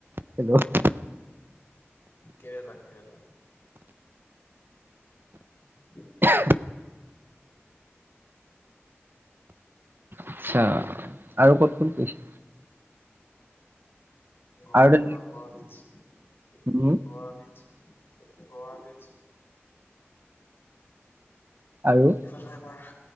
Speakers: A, on the right; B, on the left.
A: হেল্ল'?
B: কেৰেলা, কেৰেলা। <inaudible>
A: <inaudible> আচ্ছা, আৰু ক'ত ক'ত গৈছা?
B: গোৱা,
A: আৰু
B: গোৱা, গোৱা বীচ্চ,
A: উম
B: গোৱা বীচ্চ, গোৱা বীচ্চ।
A: আৰু?
B: ইফালে আমাৰ